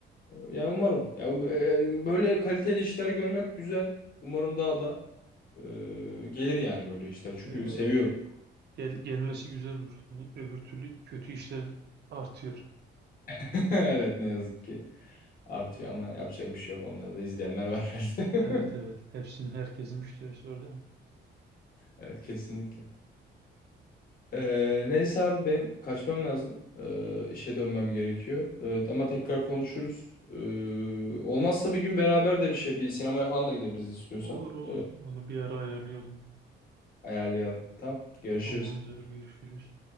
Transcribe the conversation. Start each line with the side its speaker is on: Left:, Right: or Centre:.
Left: yani umarım. Ya, um- e, böyle kaliteli işler görmek güzel. Umarım daha da e, gelir yani böyle işler. Çünkü
Right: Öyle
Left: seviyorum.
Right: ya. Gel, gelmesi güzel olur. Yani öbür türlü kötü işler artıyor.
Left: <laughs> Evet ne yazık ki artıyor ama yapacak bir şey yok. Onları da izleyenler var herhalde.
Right: Evet evet.
Left: <laughs>
Right: Hepsinin herkesin müşterisi var değil mi?
Left: Evet kesinlikle. E, neyse abi benim kaçmam lazım. E, işe dönmem gerekiyor. E, ama tekrar konuşuruz. E, olmazsa bir gün beraber de bir şey bir sinemaya falan da gidebiliriz istiyorsan.
Right: Olur olur.
Left: E,
Right: Onu bir ara ayarlayalım.
Left: Ayarlayalım. Tamam. Görüşürüz.
Right: Tamamdır. Görüşürüz.